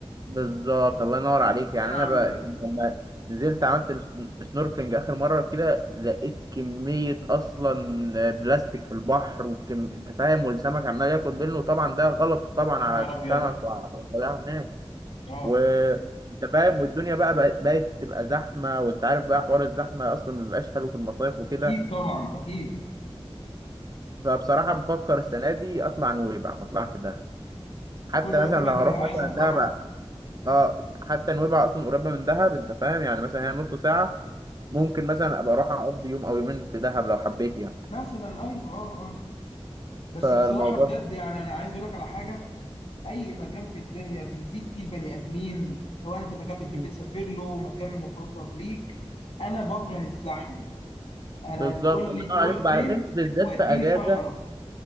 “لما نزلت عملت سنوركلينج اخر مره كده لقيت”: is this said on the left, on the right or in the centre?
Right